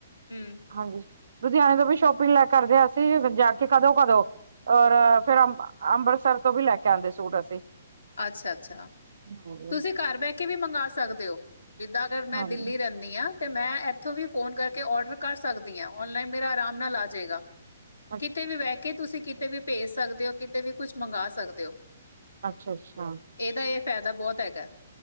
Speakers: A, on the left; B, on the right.
A: ਹੂੰ,
B: ਹਾਂਜੀ ਲੁਧਿਆਣੇ ਤੋਂ ਵੀ ਸ਼ੋਪਿੰਗ ਲੈ ਕਰਦੇ ਹ ਅਸੀਂ ਜਾ ਕੇ ਕਦੋਂ-ਕਦੋਂ। <unintelligible> ਔਰ ਫੇਰ ਅ ਅੰਮ੍ਰਿਤਸਰ ਤੋਂ ਵੀ ਲੈ ਕੇ ਆਉਂਦੇ ਸੂਟ ਅਸੀਂ। <unintelligible>
A: ਅੱਛਾ-ਅੱਛਾ
B: ਹਾਂ <unintelligible>
A: ਤੁਸੀਂ ਘਰ ਬਹਿ ਕੇ ਵੀ ਮੰਗਵਾ ਸਕਦੇ ਹੋ ਜਿੱਦਾਂ ਅਗਰ ਮੈਂ
B: ਹਾਂਜੀ,
A: ਦਿੱਲੀ ਰੇਨ <unintelligible> ਮੈਂ ਇੱਥੋਂ ਵੀ ਫੋਨ ਕਰਕੇ ਔਡਰ ਕਰ ਸਕਦੀ ਆ ਔਨਲਾਈਨ ਮੇਰਾ ਆਰਾਮ ਨਾਲ ਆ ਜਾਏਗਾ।
B: <inaudible>
A: ਕਿਤੇ ਵੀ ਬਹਿ ਕੇ ਤੁਸੀਂ ਕਿਤੇ ਵੀ ਭੇਜ ਸਕਦੇ ਹੋ ਕਿਤੇ ਵੀ ਕੁਝ ਮੰਗਵਾ ਸਕਦੇ ਹੋ।
B: ਅੱਛਾ ਅੱਛਾ।
A: ਇਹਦਾ, ਇਹ ਫਾਇਦਾ ਬਹੁਤ ਹੈਗਾ?